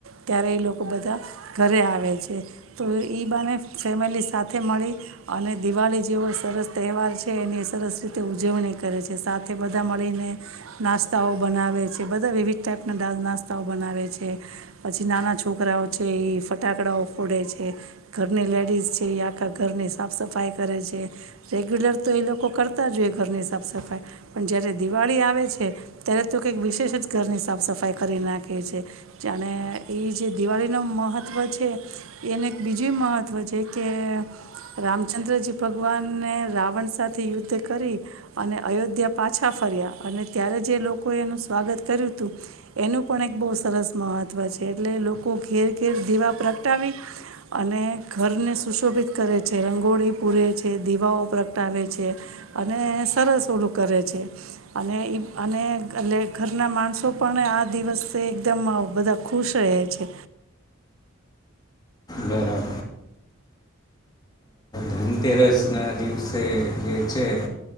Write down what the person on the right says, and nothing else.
ત્યારે એ લોકો બધા ઘરે આવે છે તો ઇ બાને ફેમિલી સાથે મળી અને દિવાળી જેવો સરસ તહેવાર છે એની સરસ રીતે ઉજવણી કરે છે સાથે બધા મળીને નાસ્તાઓ બનાવે છે બધા વિવિધ ટાઈપના નાસ્તાઓ બનાવે છે પછી નાના છોકરાઓ છે એ ફટાકડાઓ ફોડે છે ઘરની લેડીઝ છે એ આખા ઘરની સાફ સફાઈ કરે છે રેગ્યુલર તો એ લોકો કરતા જ હોઈએ ઘરની સાફ સફાઈ પણ જ્યારે દિવાળી આવે છે ત્યારે તો કંઈક વિશેષ જ ઘરની સાફ સફાઈ કરી નાખે છે જાણે ઇ જ દિવાળીનું મહત્ત્વ છે એને એક બીજું મહત્ત્વ છે કે રામચંદ્રજી ભગવાનને રાવણ સાથે યુદ્ધ કરી અને અયોધ્યા પાછા ફર્યા અને ત્યારે જે લોકોએ એનું સ્વાગત કર્યું હતું એનું પણ એક બહુ સરસ મહત્ત્વ છે એટલે લોકો ઘેર ઘેર દીવા પ્રગટાવી અને ઘરને સુશોભિત કરે છે રંગોળી પૂરે છે દીવાઓ પ્રગટાવે છે અને સરસ ઓલું કરે છે અને અને એટ ઘરના માણસો પણ આ દિવસે એકદમ બધા ખુશ રહે છે